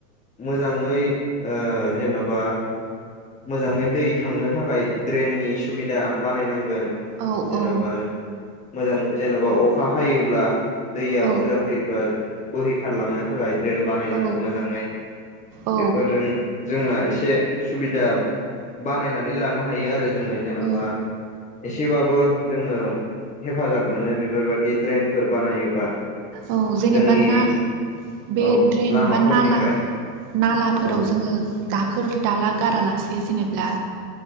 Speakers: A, on the left; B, on the right.
A: मोजाङै ओयो जेन'बा मोजाङै दै थांनो थाखाय ड्रेननि सुबिदा बानायनांगोन।
B: औ
A: जेन'बा
B: औ
A: मोजां जेन'बा अखा हायोब्ला दैया
B: औ
A: बुरजा फैयोब्ला बोहैखारलांनो थाखाय देन बानायनांगोन
B: औ
A: मोजाङै
B: औ
A: बेफोरजों जोंना एसे सुबिद याम बानायनानै लानो हायो आरो ज जोङो जेनेबा
B: औ
A: एसेबाबो जोङो हेफाजाब मोनो बिबारबाय बि ड्रेनफोर बानायोबा
B: औ जेनेबा
A: जोंनि
B: ना बे
A: औ
B: ड्रेन
A: लामाफोरनिफ्राय
B: बा नाला नालाफोराव
A: औ
B: जोङो दाखोर दाला गारालासे इ जेनेब्ला